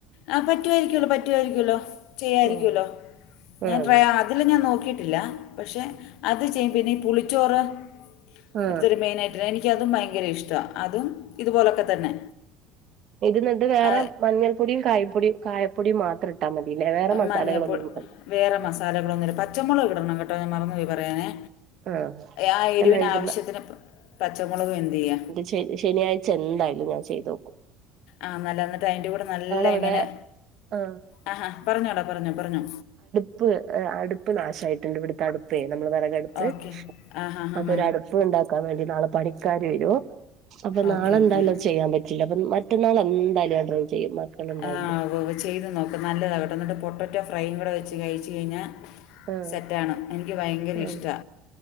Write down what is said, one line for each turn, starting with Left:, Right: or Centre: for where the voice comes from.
Left: ആ പറ്റുവായിരിക്കൊല്ലോ പറ്റുവായിരിക്കൊല്ലോ ചെയ്യായിര്ക്കൊല്ലോ
Right: ഉം
Left: ഞാൻ
Right: ഉം
Left: ട്രൈ ആ അതില് ഞാൻ നോക്കിയിട്ടില്ല പക്ഷെ അത് ചെയ്യും പിന്നെ ഈ പുളിച്ചോറ്
Right: ഉം
Left: അവ്ത്തൊരു മെയിനായിട്ടര് എനിക്ക് അതും ഭയങ്കര ഇഷ്ടാ അതും ഇതുപോലൊക്ക തന്നെ
Right: ഇത് ന്നട്ട് വേറെ
Left: ആ,
Right: മഞ്ഞൾപ്പൊടിയും കായപ്പൊടിം കായപ്പൊടിം മാത്രം ഇ ട്ടാ മതീ ലെ വേറെ മസാലകളോന്നും
Left: മഞ്ഞപ്പൊടി
Right: വേണ്ട
Left: വേറെ മസാലകളൊന്നുല്ല പച്ചമൊളക് ഇടണം കേട്ടോ ഞാൻ മറന്ന് പോയി പറയാനെ
Right: ആഹ്
Left: ആ എര്വ്ന്
Right: എന്നാ എനിക്ക്
Left: ആവശ്യത്തിന്
Right: ന-
Left: പ പച്ചമുളകും എന്തയ്യ
Right: ശ ശനിയാഴ്ച എന്തായാലും ഞാൻ ചെയ്തോക്കും
Left: ആ നല്ല ന്നട്ട് അയിന്റെ കൂടെ നല്ലെ
Right: ഇവിടെ
Left: ഇങ്ങനെ
Right: ആ
Left: അ ഹാ പറഞ്ഞോടാ പറഞ്ഞോ പറഞ്ഞോ
Right: പ്പ് അട്പ്പ് നാഷായിട്ട്ണ്ട് ഇവട്ത്തെ അടുപ്പേ നമ്മള് വെറകടുപ്പ്
Left: ഓക്കെ ആ ഹാ ഹാ
Right: അപ്പൊ
Left: ഹാ
Right: ഒര അട് പ്പ് ഇണ്ടാക്കാം വേണ്ടി നാളെ പണിക്കാര് വരും അപ്പൊ
Left: ഓക്കെ
Right: നാളെ എന്തായാലും
Left: ഓക്കെ
Right: അത് ചെയ്യാം പ റ്റില്ല അപ്പം മറ്റന്നാള് എന്താലും ഞാൻ ട്രൈ ചെയ്യും ഉണ്ടാവുമ്പോ
Left: ആ ചെയ്ത് നോക് നല്ലതാ കേട്ടോ ന്നട്ട് പൊട്ടറ്റോ ഫ്രൈയും കൂടെ വെച്ച് കഴി ച്ച് കഴിഞ്ഞ
Right: ആഹ്
Left: സെറ്റാണ് എനിക്ക് ഭയങ്കര
Right: ആണ്
Left: ഇഷ്ടാ